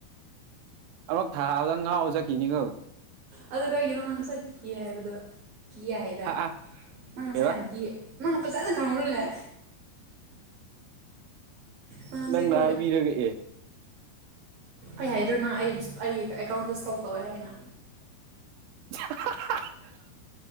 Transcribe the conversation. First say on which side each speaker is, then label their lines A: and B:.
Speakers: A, on the right (about 90°); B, on the right (about 60°).
A: ꯑꯃꯨꯛ ꯊꯥꯗꯪ ꯉꯍꯥꯥꯎꯖꯈꯤꯅꯤꯉꯣ
B: ꯑꯗꯣ ꯀꯩꯒꯤꯅꯣ ꯃꯥꯪ ꯉꯁꯥꯏ ꯀꯤ ꯍꯥꯏꯕꯗꯣ ꯀꯤ ꯍꯥꯏꯇꯥꯔꯦ
A: ꯍꯥ
B: ꯅꯪ ꯉꯁꯥꯏ
A: ꯀꯩꯕ
B: ꯌꯥꯝ ꯀꯤꯌꯦ ꯃꯥꯪ ꯐꯖꯥꯗ ꯈꯥꯉꯂꯦ ꯅꯪ ꯍꯧꯖꯤꯛꯀꯣ
A: ꯅꯪꯅ ꯍꯥꯏꯕꯤꯔꯒ ꯑꯦ
B: ꯑꯩ ꯍꯥꯏꯗꯣꯏꯣꯅ ꯑꯩꯕꯨ ꯑꯩꯒꯤ ꯑꯦꯀꯥꯎꯟꯗ ꯁ꯭ꯇꯣꯛꯜ ꯇꯧꯋꯦ ꯍꯥꯏꯅ
A: <inaudible>